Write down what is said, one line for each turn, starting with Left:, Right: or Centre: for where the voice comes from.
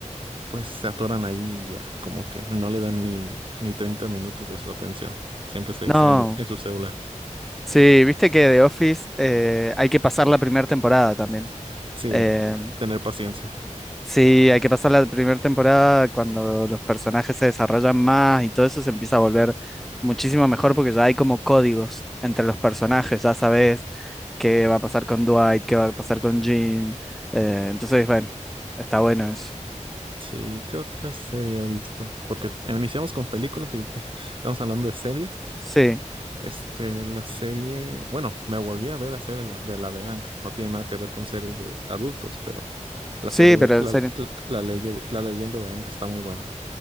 Right: pues se atoran ahí y ya, como que no le dan ni, ni 30 minutos de su atención, siempre se distraen
Centre: No,
Right: en en su celular.
Centre: sí, viste que The Office eh, hay que pasar la primera temporada también.
Right: Sí,
Centre: Eh,
Right: tener paciencia.
Centre: Sí, hay que pasar la primera temporada cuando los personajes se desarrollan más y todo eso se empieza a volver muchísimo mejor porque ya hay como códigos entre los personajes, ya sabes qué va a pasar con Dwight, qué va a pasar con Jim. eh, entonces, bueno, está bueno eso.
Right: Sí, ¿qué otra serie he visto? Porque iniciamos con películas y <laughs> estamos hablando de series.
Centre: Sí,
Right: Este, la serie, bueno, me volví a ver a serie la- de la de Ank. No tiene nada que ver con series de adultos, pero la
Centre: sí,
Right: serie de
Centre: pero
Right: la,
Centre: en serio.
Right: la, la leye- la leyenda de Ank está muy buena.